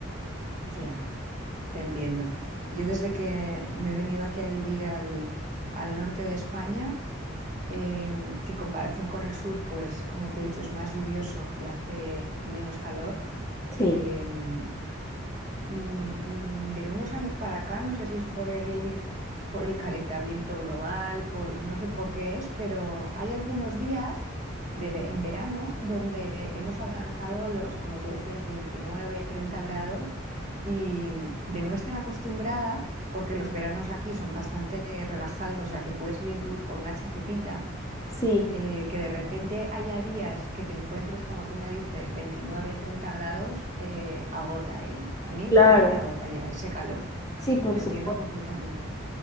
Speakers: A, on the right; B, on the left.
A: Ya, te entiendo. Yo desde que me he venido aquí a vivir al, al norte de España, em, que en comparación con el sur, pues como te he dicho, es más lluvioso y hace menos calor.
B: Sí,
A: em, mm, mm, de unos años para acá, no sé si es por el, por el calentamiento global, por, no sé por qué es, pero hay algunos días de, ve- en verano donde hemos alcanzado los, como tú decías, 29, 30 grados y mm, de no estar acostumbrada, porque los veranos aquí son bastante relajados, o sea que puedes ir incluso con una chaquetita
B: sí,
A: eh, que de repente haya días que te encuentres, como tú me dices, 29, 30 grados, eh, agota, ¿eh? A mí,
B: claro,
A: a mí me agota ya ese calor.
B: sí, por
A: Te
B: supuesto.
A: entiendo completamente.